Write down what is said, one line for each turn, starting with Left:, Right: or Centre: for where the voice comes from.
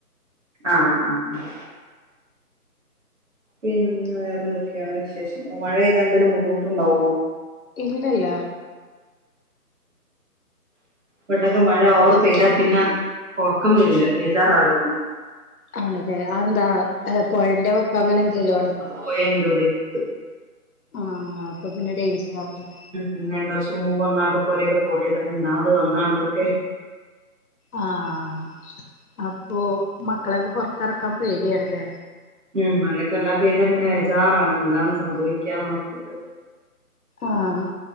Right: ആഹ് ആഹ് ആഹ് പിന്നെ വേറെ എന്തൊക്കെയാണ് വിശേഷം മഴ പൈത എന്തേലും ബുദ്ധിമുട്ടുണ്ടാവോ
Left: ഇല്ലല്ല
Right: വടെക്കെ മഴ ഓവറ്
Left: അവിടെ
Right: പെയ്താൽ
Left: എങ്ങനെ
Right: പിന്നെ ഒറക്കം വരൂല വെജാറാവലോടന്നും
Left: ആണ്ലെ അതെന്താ പൊഴന്റെ വക്ക് അങ്ങനെ എന്തെലും ആണോ
Right: പൊഴണ്ടവിടെ ഒയ്ക്കും
Left: ആഹ് അപ്പൊ പിന്നെ ഡേയ്ഞ്ചറാവുല്ലേ
Right: ഉം രണ്ട് വർഷം മുമ്പ് ഒന്നാട്ട് പോരൊക്കെ പോയത രണ്ടാമത് വന്നാതാണ് ഇതൊക്കെ
Left: ആഹ് അപ്പൊ മക്കളൊക്കെ പൊറത്തെറക്കാൻ പേടിയാണ്ല്ലേ?
Right: ഉം മഴക്കെ വല്ലാ പെയ്താ പിന്നെ വെജാറാണ് എന്താണ് സംഭവിക്കാന്ന് ഓർത്തിട്ട്
Left: ആഹ്